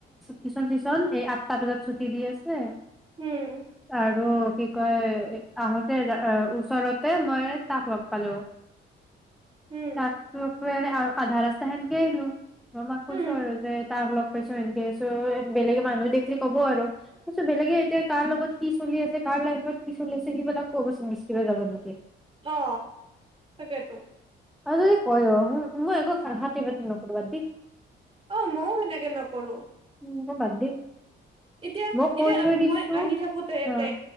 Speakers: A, in the centre; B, on the right.
A: টিচন চিচন এই আঠটা বজাত ছুটি দি আছে
B: উম
A: আৰু? কি কয় আহোঁতে ওচৰতে মই তাক লগ পালো।
B: উম
A: তাক তো আধা ৰাস্তা সেনকে আহিলো। ম মাক কৈছো
B: উম
A: আৰু যে তাক লগ পাইছো সেনকে আহিছো বেলেগে মানুহে দেখিলি কব আৰু মই কৈছো বেলেগে এতিয়া কাৰ লগত কি চলি আছে কাৰ লাইফত কি চলি আছে সেইবিলাক বিচৰিব যাব নেকি।
B: অ' তাকেতো।
A: আৰু যদি কয়ও মই একো হাতী বাতি নকৰো বাদ দি।
B: অ' মইও সেনেকে নকৰো।
A: উম বাদ দি।
B: এতিয়া
A: মই কৈ
B: এতিয়া
A: থৈ দিছো
B: মই আহি থাকোতে
A: অ
B: তে